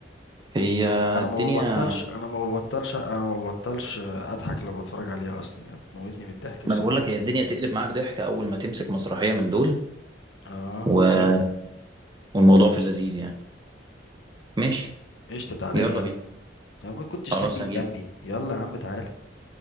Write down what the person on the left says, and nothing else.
انا انا
ما ببطلش انا ما ببطلش انا ما ببطلش اضحك لما اتفرج عليها اصلا يعني بتموتني من الضحك
بسرعه
اه
جدا
قشطه تعالى
لي يلا
انا ما كنتش
ساكن
جنبي يلا يا عم تعالى